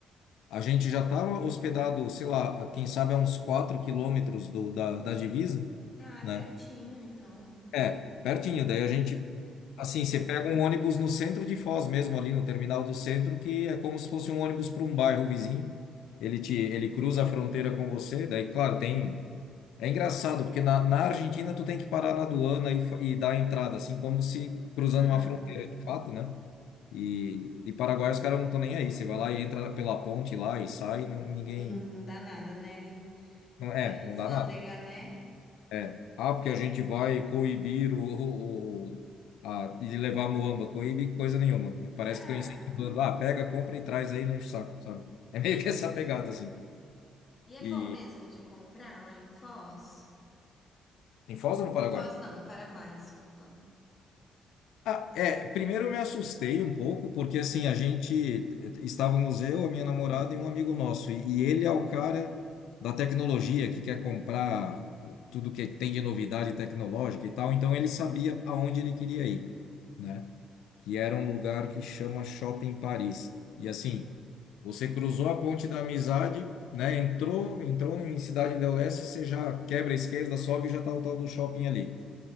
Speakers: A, on the left; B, on the left.
A: a gente já estava hospedado, sei lá, a- quem sabe a uns 4 quilômetros do, da, da divisa,
B: Ah,
A: né?
B: pertinho, então.
A: É, pertinho. Daí a gente, assim, você pega um ônibus no centro de Foz mesmo, ali no terminal do centro, que é como se fosse um ônibus para um bairro vizinho. Ele te, ele cruza a fronteira com você, daí, claro, tem. É engraçado, porque na, na Argentina tu tem que parar na aduana e, fa- e dar a entrada, assim como se cruzando
B: Ah,
A: uma fronteira de fato, né? E, e Paraguai os caras não estão nem aí. Você vai lá e entra pela ponte lá e sai, n- ninguém.
B: e não dá nada, né? Ele
A: Não, é,
B: tem
A: não
B: alfândega,
A: dá nada.
B: né?
A: É. Ah, porque a gente vai coibir o, o, o- a, e levar a muamba. Coíbe coisa nenhuma.
B: Ah,
A: Parece que estão incentivando. Ah, pega, compra e traz aí, não enche o saco, sabe? É meio que essa pegada, assim.
B: e é
A: E
B: bom mesmo de comprar lá em Foz?
A: em Foz ou no Paraguai?
B: Em Foz, não, no Paraguai, desculpa.
A: Ah, é, primeiro eu me assustei um pouco, porque assim, a gente eh, estávamos eu, a minha namorada e um amigo nosso, e, e ele é o cara da tecnologia que quer comprar tudo que tem de novidade tecnológica e tal, então ele sabia aonde ele queria ir, né? Que era um lugar que chama Shopping Paris. E assim, você cruzou a ponte da amizade, né? Entrou, entrou em Cidade del Leste, você já quebra a esquerda, sobe e já tá o tal do shopping ali.